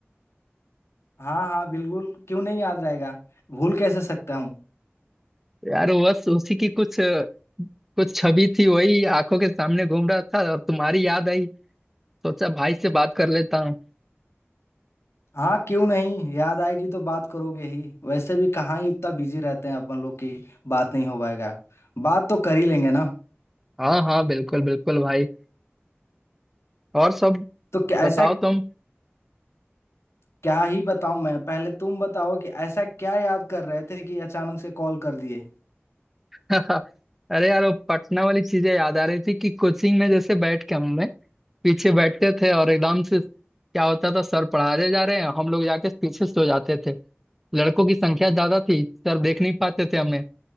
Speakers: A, on the left (about 75°); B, in the centre.
A: हाँ हाँ बिल्कुल क्यों नहीं याद रहेगा भूल कैसे सकता हूँ
B: यार बस उसी की कुछ कुछ छवि थी वही आंखों के सामने घूम रहा था और तुम्हारी याद आई सोचा भाई से बात कर लेता हूँ
A: हाँ क्यों नहीं याद आएगी तो बात करोगे ही वैसे भी कहाँ ही उतना बिजी रहते हैं अपन लोग की बात नहीं हो पाएगा बात तो कर ही लेंगे ना
B: हाँ हाँ बिल्कुल बिल्कुल भाई और सब
A: तो क्या
B: बताओ
A: ऐसा
B: तुम
A: क्या ही बताऊं मैं पहले तुम बताओ कि ऐसा क्या याद कर रहे थे कि अचानक से कॉल कर दिए
B: <laughs> अरे यार वो पटना वाली चीजें याद आ रही थी कि कोचिंग में जैसे बैठ के हमने पीछे बैठते थे और एकदम से क्या होता था सर पढ़ाने जा रहे हैं हम लोग जाके पीछे सो जाते थे लड़कों की संख्या ज्यादा थी सर देख नहीं पाते थे हमें